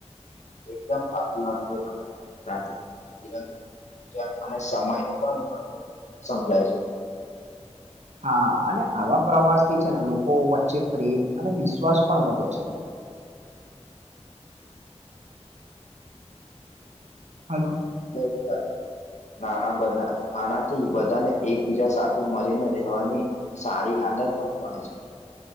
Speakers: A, on the left; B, on the right.
A: એકદમ સાચી વાત કહી તમે સાથે સમજણ અને સમયનું પણ મહત્વ સમજાય છે.
B: <inaudible> હા અને આવા પ્રવાસથી છે ને લોકો વચ્ચે પ્રેમ અને વિશ્વાસ પણ વધે છે. હાલો.
A: કટ આના બધા આનાથી બધાને એકબીજા સાથે મળીને રહેવાની સારી આદત પણ કોણે છે.